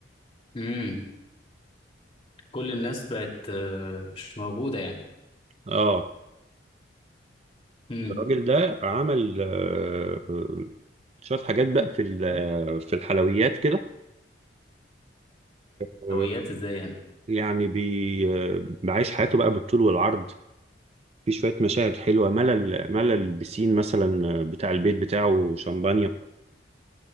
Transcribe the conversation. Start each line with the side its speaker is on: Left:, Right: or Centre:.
Left: امم كل الناس بقت آه، مش موجودة يعني
Right: اه
Left: امم
Right: الراجل ده عمل آه، آه، شوية حاجات بقى في ال- في الحلويات كده آه،
Left: حلويات ازاي يعني
Right: يعني بي آه، بعيش حياته بقى بالطول والعرض في شوية مشاهد حلوة ملل ملل بسين مثلا آه، بتاع البيت بتاعه شمبانيا